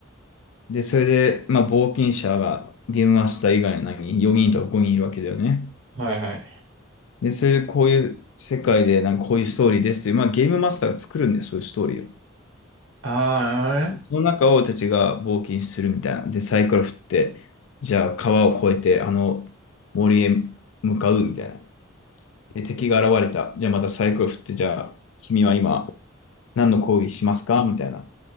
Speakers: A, on the left; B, on the right.
A: で、それで、まあ、冒険者がゲームマスター以外の何 ?4 人とか5人いるわけだよね。
B: はいはい。
A: で、それでこういう世界で、なんかこういうストーリーですという、まあゲームマスターが作るんで、そういうストーリーを。
B: ああ、なるほどね
A: その中を俺たちが冒険するみたいな。で、サイコロ振って、じゃあ川を越えて、あの森へ向かうみたいな。で、敵が現れた。じゃあまたサイコロ振って、じゃあ君は今何の攻撃しますかみたいな。